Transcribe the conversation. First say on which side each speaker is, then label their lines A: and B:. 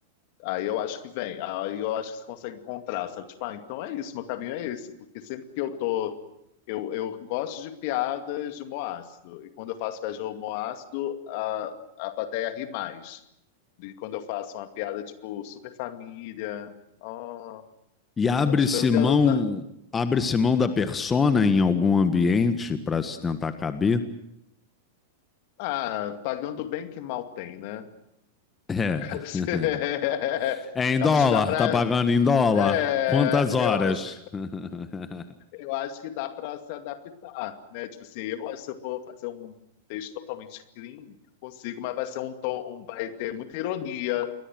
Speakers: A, on the left; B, on the left.
A: Aí eu acho que vem, aí eu acho que você consegue encontrar, sabe? Tipo, ah, então é isso, meu caminho é esse, porque sempre que eu tô. Eu, eu gosto de piadas de humor ácido, e quando eu faço piada de humor ácido, a, a plateia ri mais do que quando eu faço uma piada tipo super família, ó,
B: E abre-se
A: sabe? Tipo, eu não tenho.
B: mão,
A: na-
B: abre-se mão da persona em algum ambiente para se tentar caber?
A: Ah, pagando bem que mal tem, né?
B: É.
A: <laughs>
B: <laughs> É em
A: Eu
B: dólar,
A: acho que dá pra.
B: tá pagando em dólar.
A: É,
B: Quantas horas?
A: eu acho.
B: <laughs>
A: Eu acho que dá para se adaptar, né? Tipo assim, eu acho que se eu for fazer um texto totalmente clean, eu consigo, mas vai ser um tom, um- vai ter muita ironia,